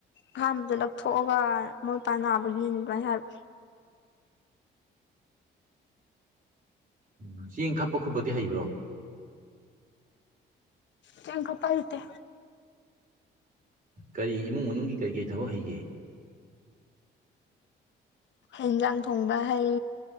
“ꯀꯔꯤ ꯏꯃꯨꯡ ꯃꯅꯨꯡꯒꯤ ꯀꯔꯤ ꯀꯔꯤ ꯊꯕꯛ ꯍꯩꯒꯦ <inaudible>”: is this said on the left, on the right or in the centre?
Right